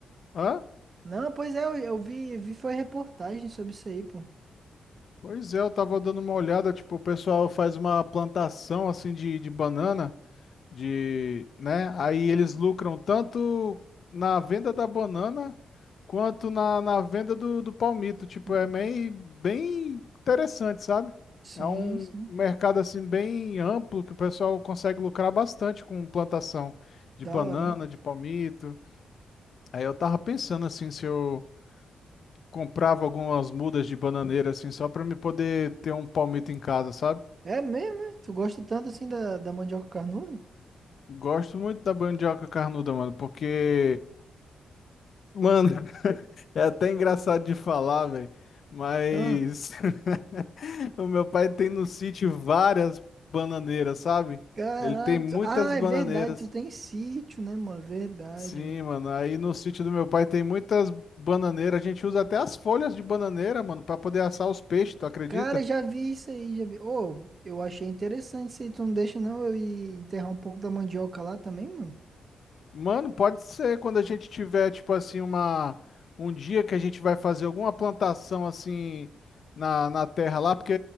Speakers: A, on the left (about 60°); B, on the right (about 45°).
A: Hã?
B: Não, pois é, eu, eu vi, vi foi reportagem sobre isso aí, pô.
A: Pois é, eu tava dando uma olhada, tipo, o pessoal faz uma plantação assim de, de banana. de, né? Aí eles lucram tanto na venda da banana quanto na, na venda do, do palmito. Tipo,
B: Hum,
A: é meio bem interessante, sabe?
B: Sim,
A: É um
B: sim.
A: mercado assim bem amplo que o pessoal consegue lucrar bastante com plantação de
B: Da
A: banana,
B: hora, hein?
A: de palmito. Aí eu tava pensando assim se eu comprava algumas mudas de bananeira assim só para me poder ter um palmito em casa, sabe?
B: É mesmo, é? Tu gosta tanto assim da, da mandioca carnuda?
A: Gosto muito da mandioca carnuda, mano, porque Mano, <laughs> é até engraçado de falar, velho, mas
B: Ah.
A: <laughs> o meu pai tem no sítio várias bananeiras, sabe?
B: Caralho.
A: Ele tem muitas
B: tu- Ah,
A: bananeiras.
B: é verdade. Tu tem sítio, né, mano? Verdade,
A: Sim,
B: mano.
A: mano, aí no sítio do meu pai tem muitas bananeiras. A gente usa até as folhas de bananeira, mano, pra poder assar os peixes, tu acredita?
B: Cara, já vi isso aí, já vi. Ô, eu achei interessante isso aí. Tu não deixa, não, eu ir enterrar um pouco da mandioca lá também, mano?
A: Mano, pode ser quando a gente tiver, tipo assim, uma, um dia que a gente vai fazer alguma plantação assim na, na terra lá, porque